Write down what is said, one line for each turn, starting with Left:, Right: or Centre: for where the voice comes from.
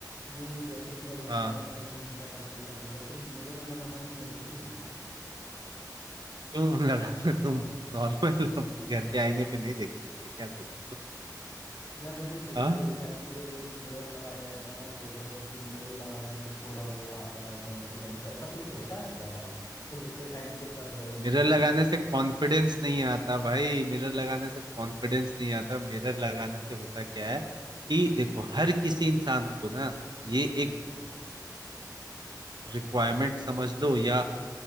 Left: ये जैसे कि अगर
Right: हाँ
Left: चलो मैंने जिम सेटअप भी बना लिया तो मिरर लगाना भी ज़रूरी है क्या
Right: क्यों मन लगा था तुम नॉर्मल <laughs> घर के आईने पे नहीं देख सकते क्या खुद को
Left: यार मैंने जिम
Right: हाँ
Left: में देखा है कि वो लोग मिरर लगाए रहते हैं वो बोलते हैं कि मिरर लगाने से थोड़ा वो आता है कॉन्फिडेंस ऐसा कुछ होता है क्या भाई तुम इतने टाइम से कर रहे हो तो
Right: मिरर
Left: तुम्हें
Right: लगाने
Left: पता
Right: से कॉन्फिडेंस नहीं आता भाई मिरर लगाने से कॉन्फिडेंस नहीं आता मिरर लगाने से होता क्या है कि देखो हर किसी इंसान को ना ये
Left: हाँ।
Right: एक रिक्वायरमेंट समझ लो या